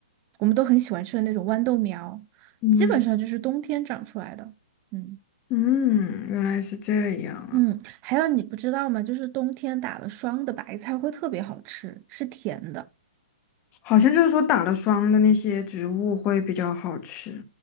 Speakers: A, on the right (about 30°); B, on the left (about 30°).
A: 我们都很喜欢吃的那种豌豆苗，
B: 嗯
A: 基本上就是冬天长出来的。嗯
B: 嗯，原来是这样啊，
A: 嗯，还有你不知道吗？就是冬天打了霜的白菜会特别好吃，是甜的。
B: 好像就是说打了霜的那些植物会比较好吃。